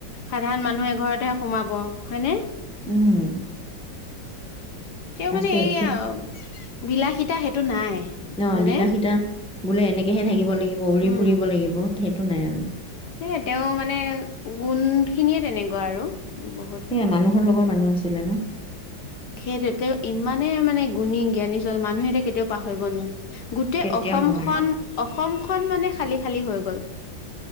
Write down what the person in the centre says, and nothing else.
উম।
আচৰিত
সি
অ
বিলাসীতা বোলে এনেকেহে থাকিব লাগিব, উৰি
ফুৰিব লাগিব সেইটো নাই আৰু।
এয়া মানুহৰ লগৰ মানুহ আছিলে ন?
কেতিয়াও
নোৱাৰে